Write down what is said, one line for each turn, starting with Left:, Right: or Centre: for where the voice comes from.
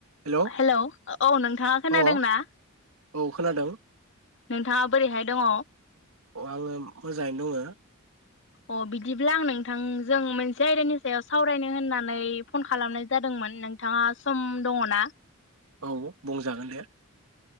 Right: हेलौ
Left: हेल' औ नोंथाङा खोनादोंना?
Right: अ औ खोनादों ।
Left: नोंथाङा बोरैहाय दङ?
Right: अ आङो मोजाङैनो दङो ।
Left: अ बिदिब्ला आं नोंथांजों मोनसे आयदानि सायाव सावरायनो होननानै फन खालामनाय जादोंमोन नोंथाङा सम दङ ना?
Right: औ बुंजागोन दे ।